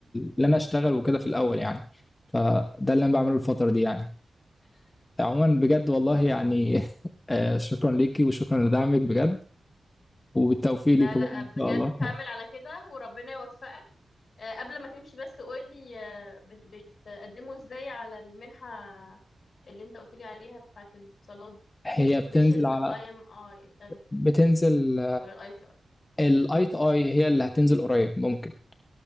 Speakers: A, on the left; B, on the left.
A: اللي انا اشتغل وكده في الاول يعني فده اللي انا بعمله الفتره دي يعني عموما بجد والله يعني <laughs> آه، شكرا ليكي وشكرا لدعمك بجد وبالتوفيق
B: لا
A: ليكي
B: لا
A: برضو ان
B: بجد
A: شاء الله
B: كمل على كده وربنا يوفقك آه، قبل ما تمشي بس قولي آه، بت- بتقدموا ازاي على المنحة اللي انت قلت لي عليها بتاعت الاتصالات
A: هي بتنزل
B: مش ال
A: على
B: IMI التانية
A: بتنزل
B: ولا ال ITI
A: الاي تي اي هي اللي هتنزل قريب ممكن